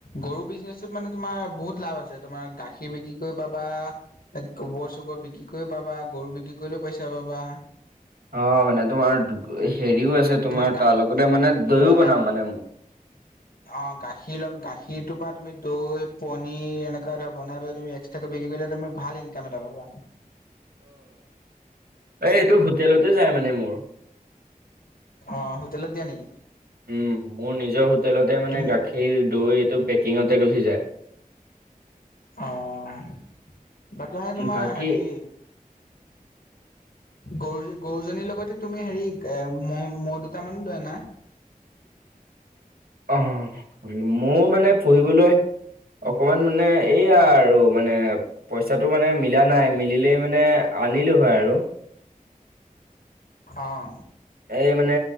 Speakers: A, on the left; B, on the right.
A: গৰু বিজনেচটোত মানে তোমাৰ বহুত লাভ আছে তোমাৰ গাখীৰ বিক্ৰী কৰিব পাৰিবা গোবৰ-চোবৰ বিক্ৰী কৰিও পাবা গৰু বিক্ৰী কৰিলেও পইচা পাবা।
B: অ মানে তোমাৰ হেৰিও আছে তোমাৰ
A: তুমি গা
B: তাৰ লগতে মানে দৈও
A: তোমাৰ গা
B: বনাম মানে মই
A: অ গাখীৰ গাখীৰটোৰ পৰা তুমি দৈ, পনীৰ এনেকুৱা ধৰ বনাই পেলাই তুমি সেইটো বিক্ৰী কৰিলে তুমি ভাল ইনকাম এটা পাবা
B: অ'এইটো হোটেলতে যায় মানে মোৰ।
A: অ হোটেলত দিয়া নেকি
B: উম মোৰ নিজৰ হোটেলতে মানে
A: তুমি
B: গাখীৰ-দৈ এইটো পেকিংতেই গুচি যায়।
A: অহ তাকেহে তোমাৰ
B: বাকী
A: হেৰি
B: <unintelligible>
A: গৰু গৰু জনীৰ লগতে তুমি হেৰি এ মহ মহ' দুটামানো লৈ আনা।
B: অ মহ মানে পোহিবলৈ অকমান মানে এইয়া আৰু মানে পইচাটো মানে মিলা নাই মিলিলেই মানে আনিলো হয় আৰু
A: অহ
B: এই মানে